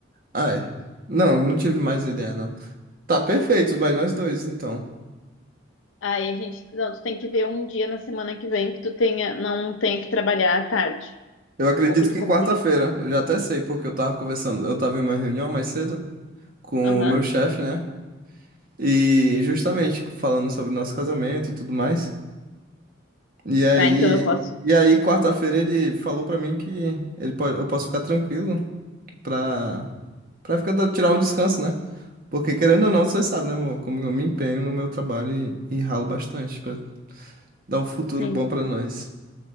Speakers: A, on the right (about 45°); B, on the left (about 80°).
A: Ai. Não, não tive mais ideia, não. Tá perfeito, vai nós dois então.
B: Aí a gente. Não, tu tem que ver um dia na semana que vem que tu tenha, não tenha que trabalhar à tarde.
A: Eu acredito
B: Ou que tu
A: que
B: consiga.
A: quarta-feira. Eu já até sei, porque eu tava conversando. Eu tava em uma reunião mais cedo com
B: Aham.
A: o meu chefe, né? E justamente falando sobre o nosso casamento e tudo mais. E aí,
B: Tá, então eu posso.
A: e aí quarta-feira ele falou pra mim que ele pode, eu posso ficar tranquilo pra, pra ficar, dando- tirar um descanso, né? Porque querendo ou não, você sabe, né, amor? Como eu me empenho no meu trabalho e, e ralo bastante pra dar um futuro
B: Sim.
A: bom pra nós.